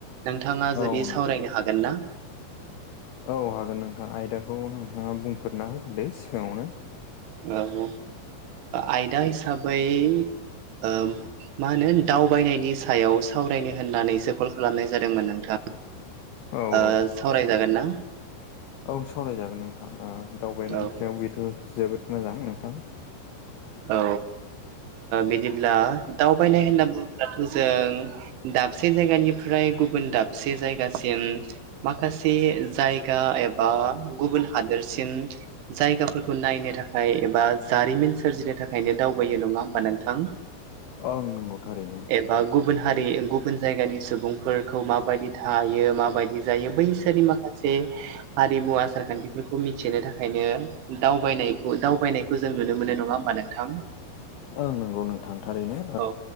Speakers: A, on the right; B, on the left.
A: नोंथाङा जुदि
B: औ नोंथां
A: सावरायनो हागोन ना
B: औ हागोन नोंथां आयदाखौ नोंथाङा बुंफोरना हो दे सिगाङावनो
A: औ ओ आयदा हिसाबै ओ मा होनो दावबायनायनि सायाव सावरायनो होननानैसो खल खालामनाय जादोंमोन नोंथां
B: औ
A: ओ
B: औ
A: सावरायजागोन ना
B: औ सावरायजागोन नोंथां दावबायनायनि
A: औ
B: सायाव बेथ' जोबोद मोजां नोंथां
A: औ बिदिब्ला दावबायनाय होनना बुङोब्लाथ' जों दाबसे जायगानिफ्राय गुबुन दाबसे जायगासिम माखासे जायगा एबा गुबुन हादोरसिम जायगाफोरखौ नायनो थाखाय एबा जारिमिन सोरजिनो थाखाय थाखायनो दावबायो नङा होमबा नोंथां।
B: ओं नंगौ थारैनो
A: बा गुबुन हारि गुबुन जायगानि सुबुंफोरखौ माबायदि थायो माबायदि जायो बैसोरनि माखासे हारिमु आसार खान्थिफोरखौ मिथिनो थाखायनो दावबायनायखौ दावबायनायखौ जों नुनो मोनो नङा होमबा नोंथां।
B: ओं नंगौ नोंथां थारैनो
A: औ